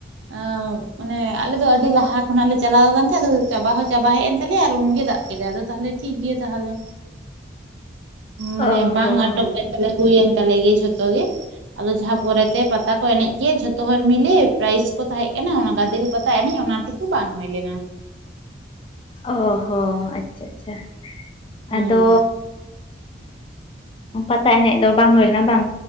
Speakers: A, on the right (about 80°); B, on the left (about 30°).
A: <unintelligible> ᱢᱟᱱᱮ ᱟᱞᱮᱫ ᱫᱚ ᱟᱹᱰᱤ ᱞᱟᱦᱟ ᱠᱷᱚᱱᱟᱜ ᱞᱮ ᱪᱟᱞᱟᱣ ᱟᱠᱟᱱ ᱛᱟᱦᱮᱸᱫ ᱟᱫᱚ ᱪᱟᱵᱟ ᱦᱚᱸ ᱪᱟᱵᱟ ᱦᱮᱡ ᱮᱱ ᱛᱟᱞᱮᱭᱟ ᱟᱨ ᱩᱱᱜᱮ ᱫᱟᱜ᱾ ᱠᱮᱫᱟᱭ ᱟᱫᱚ ᱛᱟᱦᱚᱞᱮ ᱴᱷᱤᱠ ᱜᱮᱭᱟ ᱛᱟᱦᱚᱞᱮ ᱢᱟᱱᱮ
B: ᱚ
A: ᱵᱟᱝ
B: ᱦᱚᱸ
A: ᱟᱴᱚᱠ ᱞᱮ᱾ ᱛᱟᱦᱚᱞᱮ ᱦᱩᱭᱮᱱ ᱛᱟᱞᱮ ᱜᱮᱭᱟ ᱡᱷᱚᱛᱚ ᱜᱮ᱾ ᱟᱫᱚ ᱡᱟᱦᱟᱸ ᱯᱚᱨᱮᱛᱮ ᱯᱟᱛᱟ ᱠᱚ ᱮᱱᱮᱡ ᱜᱮ ᱡᱷᱚᱛᱚ ᱦᱚᱲ ᱢᱤᱞᱮ ᱯᱨᱟᱭᱤᱡᱽ ᱠᱚ ᱛᱟᱦᱮᱸ ᱠᱟᱱᱟ ᱚᱱᱟ ᱜᱟᱫᱮᱞ ᱯᱟᱛᱟ ᱮᱱᱮᱡ ᱚᱱᱟ ᱴᱩᱠᱩ᱾ ᱠᱩ ᱵᱟᱝ ᱦᱩᱭ ᱞᱮᱱᱟ᱾
B: ᱚ ᱦᱚᱸ ᱟᱪᱪᱷᱟ ᱪᱷᱟ
A: ᱦᱩᱸ
B: ᱟᱫᱚ᱾ ᱯᱟᱛᱟ ᱮᱱᱮᱡ ᱫᱚ ᱵᱟᱝ ᱦᱩᱭ ᱞᱮᱱᱟ ᱵᱟᱝ?